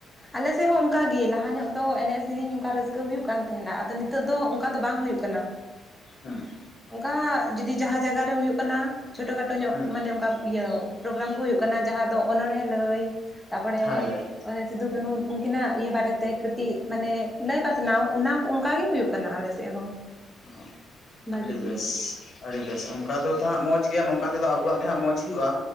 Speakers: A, in the centre; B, on the left.
A: ᱟᱞᱮ ᱥᱮᱜ ᱦᱚᱸ ᱚᱝᱠᱟᱜ ᱜᱮ ᱞᱟᱦᱟ ᱧᱚᱜ ᱫᱚ ᱮᱱᱮᱡ ᱥᱤᱨᱤᱧ ᱚᱝᱠᱟ ᱨᱟᱹᱥᱠᱟᱹ ᱦᱩᱭᱩᱜ ᱠᱟᱱ ᱛᱟᱦᱮᱸᱱᱟ ᱟᱫᱚ ᱱᱤᱛᱚᱜ ᱫᱚ ᱚᱝᱠᱟ ᱫᱚ ᱵᱟᱝ ᱦᱩᱭᱩᱜ ᱠᱟᱱᱟ᱾
B: ᱦᱮᱸ
A: ᱚᱝᱠᱟ ᱡᱩᱫᱤ ᱡᱟᱦᱟᱸ ᱡᱟᱭᱜᱟ ᱨᱮ ᱦᱩᱭᱩᱜ ᱠᱟᱱᱟ ᱪᱷᱳᱴᱳ ᱠᱷᱟᱴᱳ ᱧᱚᱜ
B: ᱦᱩᱸ
A: ᱢᱟᱱᱮ ᱚᱝᱠᱟ ᱤᱭᱟᱹ ᱯᱨᱳᱜᱨᱟᱢ ᱠᱚ ᱦᱩᱭᱩᱜ ᱠᱟᱱᱟ ᱡᱟᱦᱟᱸ ᱫᱚ ᱚᱱᱚᱬᱦᱮ ᱞᱟᱹᱭ ᱛᱟᱨᱯᱚᱨᱮ
B: ᱦᱳᱭ ᱦᱳᱭ
A: ᱚᱱᱮ ᱥᱤᱫᱩ ᱠᱟᱹᱱᱦᱩ ᱩᱝᱠᱤᱱᱟᱜ ᱤᱭᱟᱹ ᱵᱟᱨᱮᱛᱮ ᱠᱟᱹᱴᱤᱡ ᱢᱟᱱᱮ ᱞᱟᱹᱭ ᱯᱟᱥᱱᱟᱣ ᱚᱱᱟ ᱚᱝᱠᱟ ᱜᱮ ᱦᱳᱭᱳᱜ ᱠᱟᱱᱟ ᱟᱞᱮ ᱥᱮᱜ ᱦᱚᱸ᱾
B: ᱚ
A: ᱵᱷᱟᱜᱤ
B: ᱟᱹᱰᱤ
A: ᱜᱮ
B: ᱵᱮᱥ ᱟᱹᱰᱤ ᱵᱮᱥ ᱚᱝᱠᱟ ᱫᱚ ᱛᱷᱟᱹᱜ ᱢᱚᱸᱡᱽ ᱜᱮᱭᱟ ᱱᱚᱝᱠᱟ ᱛᱮᱫᱚ ᱟᱵᱚᱣᱟᱜ ᱜᱮ ᱦᱟᱸᱜ ᱢᱚᱸᱡᱽ ᱦᱩᱭᱩᱜᱼᱟ